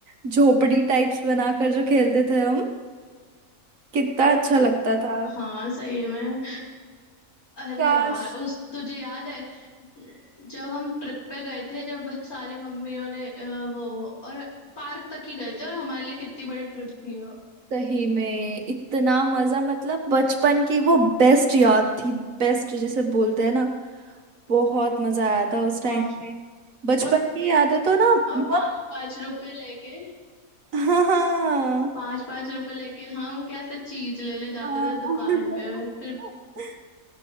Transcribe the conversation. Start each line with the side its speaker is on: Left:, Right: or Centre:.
Right: झोपड़ी टाइप्स बनाकर जो खेलते थे हम कितना अच्छा लगता था
Left: हाँ सही में अरे
Right: काश
Left: यार उस तुझे याद है जब हम ट्रिप पे गए थे जब सारी मम्मियों ने अ, वो और पार्क तक ही गए थे और हमारे लिए कितनी बड़ी ट्रिप थी वो।
Right: सही में इतना मजा मतलब बचपन की वो बेस्ट याद थी बेस्ट जिसे बोलते हैं ना बहुत मजा आया था उस टाइम
Left: हाँ
Right: पे बचपन
Left: और
Right: की यादें तो ना
Left: और
Right: बहुत
Left: पाँच पाँच रुपए लेके
Right: <laughs> हाँ हाँ
Left: पाँच पाँच रुपए लेके हम कैसे चीज लेने जाते
Right: हाँ।
Left: थे दुकान पे फिर
Right: <laughs>